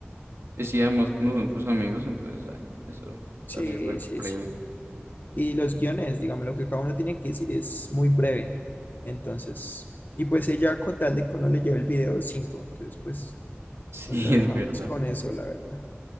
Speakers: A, on the right; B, on the left.
A: Pues sí, además, como son tus amigos, entonces ah, eso
B: Sí,
A: sale re
B: sí,
A: breve.
B: sí.
A: <laughs>
B: Y los guiones, digamos, lo que cada uno tiene que decir es muy breve. Entonces, y pues ella con tal de que uno le lleve el video cinco entonces pues
A: Sí,
B: nos relajamos
A: es verdad.
B: con eso, la verdad.